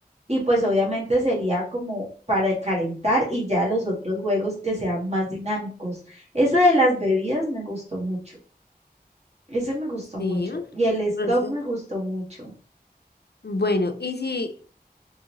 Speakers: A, on the right; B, on the left.
A: Y pues obviamente sería como para calentar y ya los otros juegos que sean más dinámicos. Ese de las bebidas me gustó mucho. Ese me gustó
B: Sí.
A: mucho. Y el stop
B: eso.
A: me gustó mucho.
B: Bueno, y si,